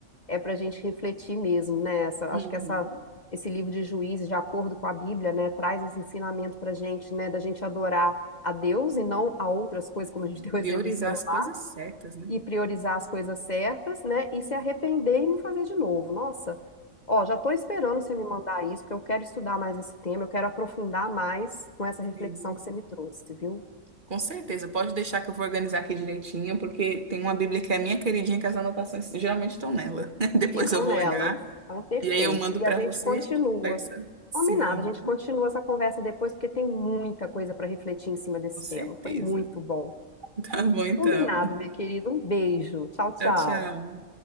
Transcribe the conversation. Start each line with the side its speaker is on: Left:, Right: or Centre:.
Left: é para a gente refletir mesmo, né? Essa,
Right: Uhum.
Left: acho que essa, esse livro de Juízes, de acordo com a Bíblia, né, traz esse ensinamento para gente, né, da gente adorar a Deus e não a outras coisas, como a gente <laughs> deu o
Right: Priorizar
Left: exemplo do celular
Right: as coisas certas, né?
Left: e priorizar as coisas certas, né? E se arrepender e não fazer de novo. Nossa, ó, já tô esperando você me mandar isso, porque eu quero estudar mais esse tema, eu quero aprofundar mais com essa reflexão
Right: Sim.
Left: que você me trouxe, viu?
Right: Com certeza, pode deixar que eu vou organizar aqui direitinho, porque tem uma Bíblia que é minha queridinha, que as anotações geralmente estão nela. <laughs> Depois
Left: Ficam
Right: eu vou
Left: nela.
Right: olhar
Left: Então, perfeito.
Right: e aí eu mando
Left: E
Right: para
Left: a gente
Right: vocês.
Left: continua.
Right: e conversa. Sim,
Left: Combinado, a gente continua essa conversa depois, porque tem muita coisa para refletir em cima desse
Right: com certeza.
Left: tema. Foi muito
Right: <laughs>
Left: bom.
Right: Tá bom então.
Left: Combinado, meu querido. Um beijo. Tchau, tchau.
Right: Tchau, tchau.